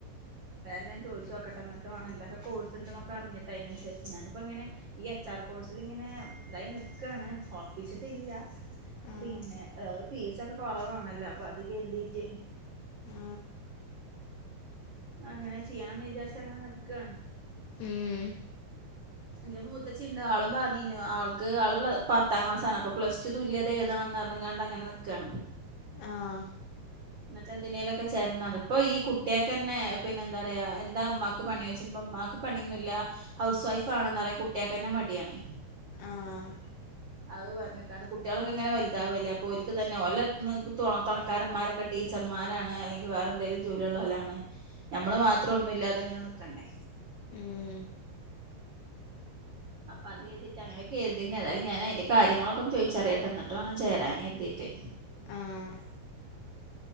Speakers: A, on the right (about 65°); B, on the left (about 75°).
A: ഞാൻ ചോദിച്ചു നോക്കട്ടെ എന്നിട്ട് എന്തൊക്കെ കോഴ്സ് ഇണ്ടെന്നൊക്കെ അറിഞ്ഞിട്ട് അതിനനുസരിച്ച് ഞാന് ഇപ്പം ഇങ്ങനെ ഈ എച്ച് ആർ കോഴ്സിൽ ഇങ്ങനെ ഇതായി നിക്കയാണ് ഉറപ്പിച്ചിട്ടില്ല
B: ആഹ്
A: പിന്നെ ഫീസൊക്കെ കുറവാണല്ലോ അപ്പൊ അത് കരുതീട്ട്
B: ആ
A: അങ്ങനെ ചെയ്യാന്ന് വിചാരിച്ച് അങ്ങനെ നി നിക്കാണ്
B: ഉം
A: എന്റെ മൂത്ത ചിണ്ട് ആളും പറഞ്ഞീനു ആൾ ക്ക് ആള് പ്ല പത്താം ക്ലാസാണ് അപ്പ പ്ലസ് ടു തുല്യതെഴുതണംന്നർഞ്ഞിങ്ങാണ്ട് അങ്ങനെ നിക്കാണ്
B: ആഹ്
A: ഇന്നിട്ട് എന്തിനേലൊക്കെ ചേരണംന്നർഞ് ഇപ്പൊ ഈ കു ട്ട്യാക്കെന്നെ പിന്നെന്താറയാ എന്താ ഇമ്മാക്ക് പണീ ഓയ്ച്ച്മ്പം ഇമ്മാക്ക് പണിന്നുല്ല ഹൗസ് വൈഫാണിന്ന്റയാ കു ട്ട്യാക്കെന്നെ മടിയാണേ
B: ആഹ്
A: അത് പറഞ്ഞിക്കാണ് കുട്ട്യാളൊക്കെങ്ങനെ വൽതാവല്ലേ അപ്പോ ഓൽക്കിതന്നെ ഓലെ തൊണ തൊണക്കാരമ്മാരൊക്കെ ടീച്ചർമാ മാരാണ് അല്ലെങ്കി വേറെന്തേലും ജോലിള്ളോലാണ് ഞമ്മള് മാത്രം ഒന്നുല്ലാതെങ്ങനെ നിക്കണ്ടേ
B: ഉം
A: അപ്പത് കെര്തീട്ടങ്ങനെ കെര്തീനി ഏതായാലു ഞാൻ അയ്ന്റെ കാര്യങ്ങളൊക്കെ ചോയ്ച്ചറിയട്ടെ ഇന്നിട്ട് വേണം ചേരാൻ കെര്തീട്ട്
B: ആഹ്